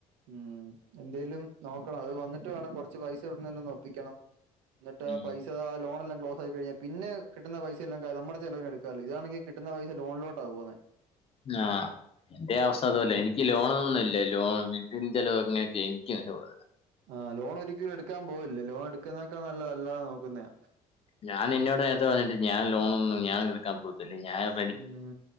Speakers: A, on the right; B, on the left.
A: ഉം എന്തേലും നോക്കണം അത് വന്നിട്ട് വേണം കൊറച്ച് പൈസ എവിടുന്നേലും ഒന്ന് ഒപ്പിക്കണം ന്നട്ട്
B: ഉം.
A: ആ പൈസ ആ ലോണെല്ലാം ക്ലോസ് ആയി കഴിഞ്ഞ് പിന്നെ കിട്ടുന്ന പൈസ എല്ലാം ക ന മ്മടെ ചെലവിന് എടുക്കാലോ ഇതാണെങ്കി കിട്ട്ന്ന പൈസ ലോൺലോട്ട പോകുന്നേ
B: ആഹ് എന്റെ അവസ്ഥ അതു പോലെയ എനി ക്കി ലോണൊന്നും ഇല്ല ലോൺ വീട്ടിന്റെ ചെലവ് അങ്ങനെയൊക്കെ എനിക്ക് <unintelligible>
A: ആഹ് ലോൺ ഒരിക്കലും എടുക്കാൻ പോവല്ല് ലോൺ എട്ക്ക്ന്നേക്കാ നല്ലത് അല്ലാനോക്കുന്നയ
B: ഞാൻ നിന്നോട് നേരത്തെ പറഞ്ഞിട്ട് ഞാൻ ലോണൊന്നും ഞാൻ എടുക്കാൻ പോകത്തില്ല ഞായർ
A: ഉം